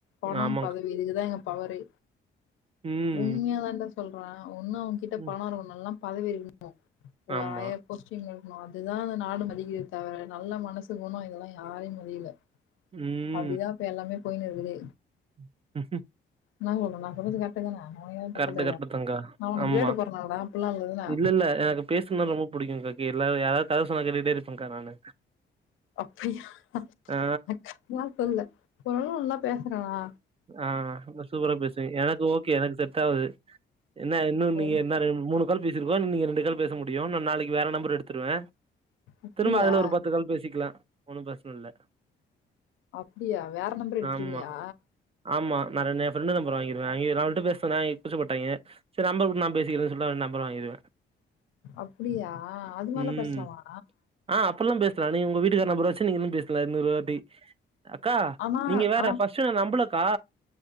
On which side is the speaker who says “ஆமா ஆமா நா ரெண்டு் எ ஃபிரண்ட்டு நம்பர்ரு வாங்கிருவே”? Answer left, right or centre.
Right